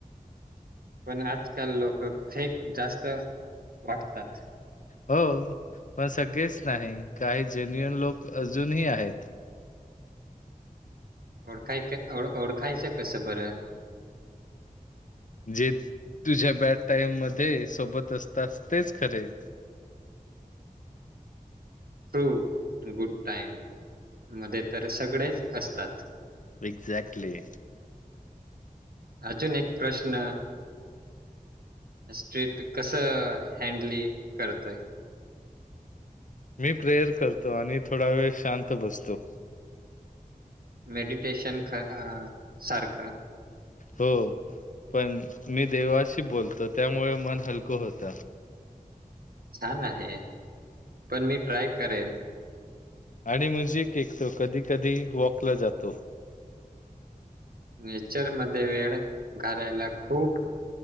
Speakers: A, on the right; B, on the left.
A: पण आजकाल लोक फेक जास्त वाटतात.
B: हो पण सगळेच नाही काही जेन्युन लोक अजूनही आहेत.
A: ओळखाय ओ ओळखायचं कसं बरं?
B: जे तुझ्या बॅड टाइम मध्ये सोबत अस तास तेच खरे.
A: ट्रू गुड टाइम मध्ये तर सगळे असतात.
B: एक्झॅक्टली.
A: अजून एक प्रश्न स्ट्र्रीट कसं हँडली करतय?
B: मी प्रेयर करतो आणि थोडा वेळ शांत बसतो.
A: मेडिटेशन खरा सारखं.
B: हो पण मी देवाशी बोलतो त्यामुळे मन हलकं होत.
A: छान आहे, पण मी ट्राय करेन.
B: आणि म्हणजे एकतो कधी-कधी वॉकला जातो.
A: नेचरमध्ये वेळ घालायला खूप